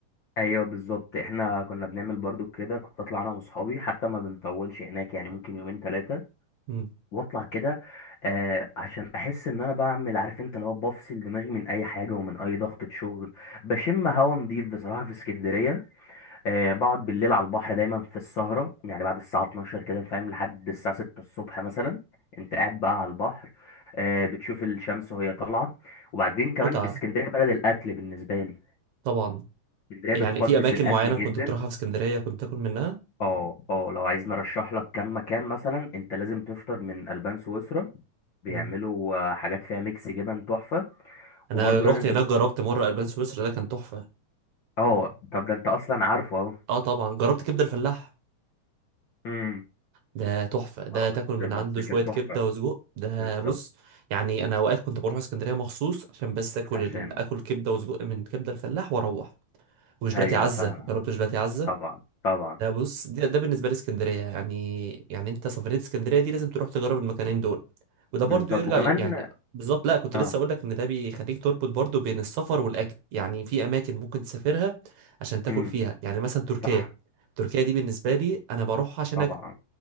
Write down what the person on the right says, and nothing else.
مم.
متعه
طبعا
يعني
في اماكن
معينه
كنت بتروحها في اسكندريه كنت تاكل منها
مم.
انا
رحت
هناك جربت مره البان سويسرا ده كان تحفه
اه طبعا جربت كبده الفلاح
ده تحفة ده
تاكل من
عنده
شوية
كبدة
وسجق ده
بص يعني أنا أوقات كنت بروح اسكندرية مخصوص عشان بس آكل
ال... آكل كبدة وسجق من كبدة الفلاح وأروح وجلاتي
عزة
جربت جلاتي عزة
ده بص ده, ده بالنسبة لي اسكندرية يعني يعني أنت سفرية اسكندرية دي لازم تروح تجرب المكانين دول وده
برضو يرجع
يعني بالظبط لا كنت
لسه أقول لك إن ده بيخليك تربط برضو بين السفر والأكل يعني في أماكن ممكن تسافرها عشان تاكل
فيها يعني مثلا تركيا
تركيا دي بالنسبة لي أنا بروح عشان
آكل